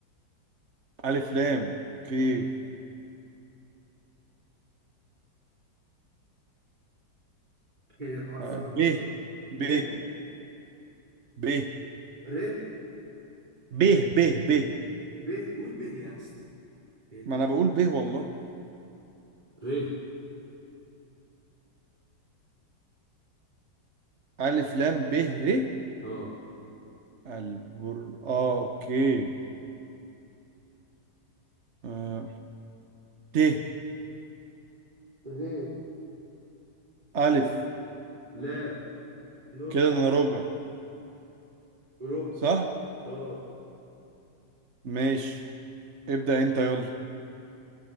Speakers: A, on the right; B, on the right.
A: ألف لام اوكي
B: مم. <laughs> ايه الحوار
A: آه،
B: صعب
A: ب
B: للدرجة دي
A: ب
B: ايه
A: ب
B: ر
A: ب ب ب
B: ب قول ب يا اسطى ال-
A: ما انا بقول ب والله
B: ر
A: ألف لام ب ر
B: اه
A: البر اه اوكي آه. ت
B: غير
A: ألف
B: لا نص
A: كده انا ربع
B: ربع
A: صح
B: اه
A: ماشي ابدأ انت يلا